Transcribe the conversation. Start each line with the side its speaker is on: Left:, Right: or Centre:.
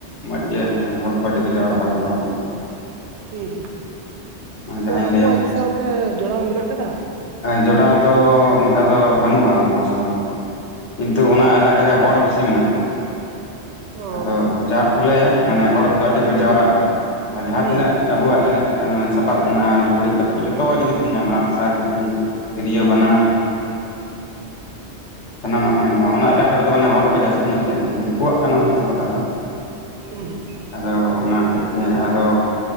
Left: ᱢᱚᱡᱽ ᱜᱮ ᱢᱟᱱᱮ ᱦᱚᱲ ᱠᱚ ᱟᱹᱰᱤ ᱠᱚ ᱡᱟᱣᱨᱟᱜᱼᱟ᱾ ᱟᱵᱚ ᱦᱚᱲ ᱠᱚ᱾
Right: ᱩᱸ ᱻᱦᱩᱸ, ᱟᱫᱚ
Left: ᱡᱟᱦᱟᱸᱧ
Right: ᱟᱵᱩᱣᱟᱜ
Left: ᱞᱟᱹᱭᱟ
Right: ᱤᱭᱟᱹ ᱥᱟᱶ ᱚᱸᱰᱮ ᱡᱚᱲᱟᱣ ᱢᱮᱱᱟᱜ ᱟᱠᱟᱫᱟ?
Left: ᱡᱚᱲᱟᱣ ᱫᱚ ᱚᱱᱠᱟ ᱫᱚ ᱵᱟᱱᱩᱜᱼᱟ᱾ ᱟᱵᱩᱣᱟᱜ ᱥᱟᱶ ᱫᱚ᱾ ᱠᱤᱱᱛᱩ ᱚᱱᱟ ᱮᱞᱟᱠᱟ ᱨᱮ ᱦᱚᱲ ᱵᱮᱥᱤ ᱢᱮᱱᱟᱜ ᱠᱚᱣᱟ᱿
Right: ᱚ
Left: ᱟᱫᱚ ᱡᱟᱨ ᱯᱷᱚᱞᱮ ᱢᱟᱱᱮ ᱦᱚᱲ ᱠᱚ ᱫᱚ ᱟᱹᱰᱤ ᱠᱚ ᱡᱟᱣᱨᱟᱜᱼᱟ ᱟᱨ ᱡᱟᱦᱟᱸ
Right: ᱦᱩᱸ
Left: ᱛᱤᱱᱟᱹᱜ ᱟᱵᱩ ᱟᱜ ᱮᱱᱮᱡ ᱥᱟᱯᱟᱯ ᱢᱮᱱᱟᱜᱼᱟ, ᱞᱩᱜᱽᱲᱤᱡ ᱞᱟᱯᱚ ᱡᱚᱛᱚ ᱡᱤᱱᱤᱥ ᱮᱢ ᱧᱟᱢᱟ ᱟᱜ ᱥᱟᱨ, ᱠᱟᱹᱯᱤ ᱛᱤᱨᱭᱳ ᱵᱟᱱᱟᱢ ᱥᱟᱱᱟᱢᱟᱜ ᱧᱟᱢᱚᱜᱼᱟ᱾
Right: ᱟᱫᱚ
Left: ᱚᱱᱟᱠᱟ ᱫᱚ ᱢᱟᱱᱮ ᱦᱚᱲ ᱠᱚ ᱡᱟᱹᱥᱛᱤ ᱧᱚᱜ ᱜᱮᱭᱟ᱾ ᱠᱤᱱᱛᱩ ᱫᱤᱠᱩᱣᱟᱜ ᱠᱟᱱᱟ ᱦᱳᱭᱛᱳ ᱯᱟᱛᱟ ᱫᱚ
Right: ᱩᱸ ᱦᱩᱸ
Left: ᱟᱫᱚ ᱚᱱᱟ ᱦᱚᱛᱮᱫ ᱛᱮ ᱟᱫᱚ